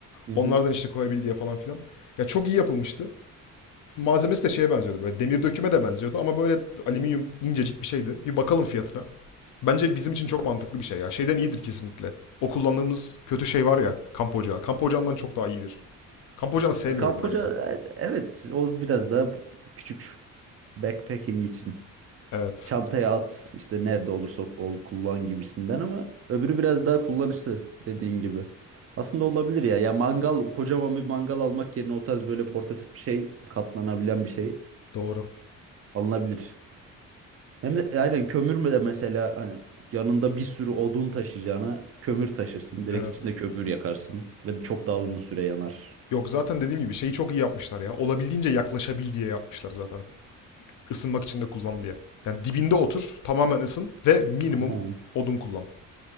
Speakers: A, on the right; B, on the left.
A: Hı
B: Onlardan
A: hı.
B: işte koyabil diye falan filan. Ya çok iyi yapılmıştı. Malzemesi de şeye benziyordu böyle demir döküme de benziyordu ama böyle alüminyum incecik bir şeydi. Bir bakalım fiyatına. Bence bizim için çok mantıklı bir şey ya. Şeyden iyidir kesinlikle. O kullandığımız kötü şey var ya, kamp ocağı. Kamp ocağından çok daha iyidir. Kamp ocağını sevmiyorum
A: E, kapuca
B: ben ya.
A: e, evet o biraz daha bu- küçük backpacking için.
B: Evet,
A: çantaya at işte nerede olursa ol kullan gibisinden ama öbürü biraz daha kullanışlı dediğin gibi. Aslında olabilir ya. Ya mangal kocaman bir mangal almak yerine o tarz böyle portatif bir şey katlanabilen bir şey
B: doğru.
A: alınabilir. Hem de e, aynen kömür de mesela hani yanında bir sürü odun taşıyacağına kömür taşırsın. Direkt
B: Evet.
A: içinde kömür yakarsın ve çok daha uzun süre yanar.
B: Yok zaten dediğim gibi şeyi çok iyi yapmışlar ya. Olabildiğince yaklaşabil diye yapmışlar zaten. Isınmak için de kullan diye. Yani dibinde otur, tamamen ısın ve minimum
A: Aynen.
B: odun kullan.